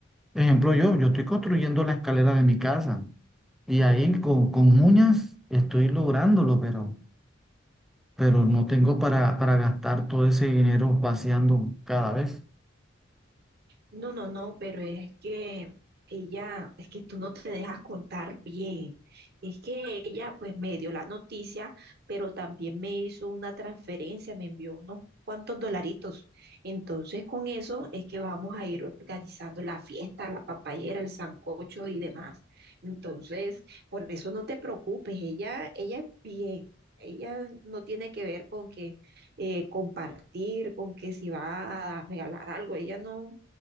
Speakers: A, in the centre; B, on the right.
A: Ejemplo, yo, yo estoy construyendo la escalera de mi casa y ahí con, con uñas estoy lográndolo, pero, pero no tengo para, para gastar todo ese dinero vaciando cada vez.
B: No, no, no, pero es que ella, es que tú no te dejas contar bien. Es que ella pues me dio la noticia, pero también me hizo una transferencia, me envió unos cuantos dolaritos. Entonces con eso es que vamos a ir organizando la fiesta, la papayera, el sancocho y demás. Entonces, por eso no te preocupes, ella, ella es bien. Ella no tiene que ver con que eh, compartir, con que si va a regalar algo, ella no,